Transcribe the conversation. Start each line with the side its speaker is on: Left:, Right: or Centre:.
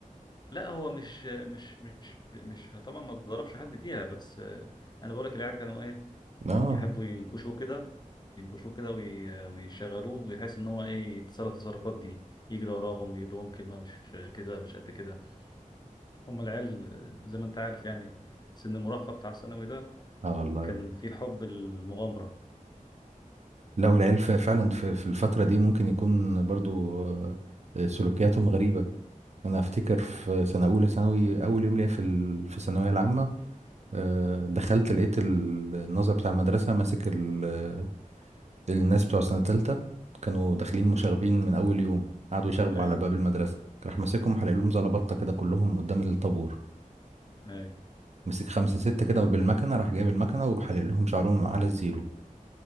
Left: لا هو مش مش مش مش طبعا ما ضربش حد فيها بس آه انا بقول لك العيال كانوا ايه
Right: اه
Left: يحبوا ينكشوه كده ينكشوه كده وي- ويشغلوه بحيث ان هو ايه يتصرف التصرفات دي يجري وراهم يدوهم كلمه مش كده مش قد كده هم العيال آه، زي ما انت عارف يعني سن المراهقه بتاع الثانوي ده
Right: اه والله
Left: كان في حب المغامره
Right: لا والعيال ف- فعلا في في الفترة دي ممكن يكون برضو آه، آه، سلوكياتهم غريبة أنا أفتكر في سنة أولى ثانوي أول يوم ليا في ال- في الثانوية العامة آه، دخلت لقيت ال- الناظر بتاع المدرسة ماسك ال- آه، الناس بتوع سنة تالتة كانوا داخلين مشاغبين
Left: امم
Right: من أول يوم قعدوا يشاغبوا
Left: اي
Right: على باب المدرسة راح ماسكهم حلق لهم زلبطة كده كلهم قدام الطابور
Left: اي
Right: مسك خمسة ستة كده وبالمكنة راح جايب المكنة وحلق لهم شعرهم على الزيرو